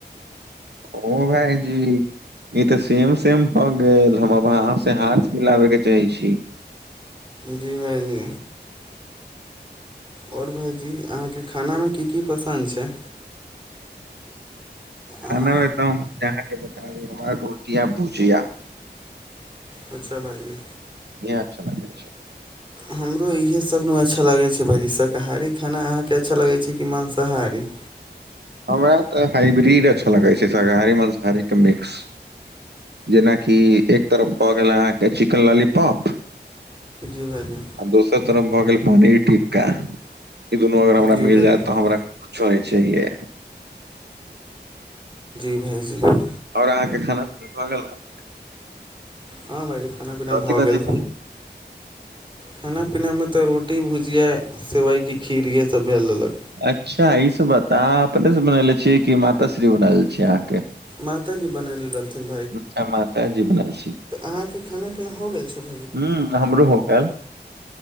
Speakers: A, on the right (about 70°); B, on the right (about 25°).
A: ओ भाइ जी। ई तऽ सेम-सेम भऽ गेल, हम आब अहाँ से हाथ मिलाबै के चाहै छी।
B: जी भाइ जी। आओर भाइजी अहाँके खानामे की-की पसन्द छै।
A: खाना
B: अहाँ
A: मे तऽ हम अहाँकेँ। बता द हमरा रोटिया-पूछिया।
B: अच्छा भाइजी।
A: इहे अच्छा लागे छै।
B: हमरो इएहे सभमे अच्छा लगै छै। भाइ जी शाकाहारी खाना अहाँके अच्छा लगै छै कि माँसाहारी।
A: हमरा तऽ हाइब्रिड अच्छा लगै छै। शाकाहारी-मासाहारीके मिक्स। जेनाकि एक तरफ भऽ गेल अहाँके चिकेन लॉालीपॉप।
B: जी भायजी।
A: आ दोसर तरफ भए गेल पनीर टिक्का ई दुनू अगर हमरा
B: जी
A: मिल
B: भाइजी
A: जायत तो हमरा कुछो। छैए।
B: भ छै।
A: आओर अहाँके खाना पीना भऽ गेल रहत।
B: हँ भाजी खाना पीना
A: कथि
B: भऽ
A: कथि
B: गेल। खाना पीनामे तऽ रोटी भुजिया सेवइके खीर इएहे सभ भेल लेलक।
A: अच्छा ईसभ बात अहाँ अपनेसँ बननेे छियै कि माताश्री बनल छिय अहाँके।
B: माताजी बनैले रहलथिन
A: अचा मात जी बनल छी।
B: आहके खाना पिन भ गेल छै
A: ह हमरो हो गेल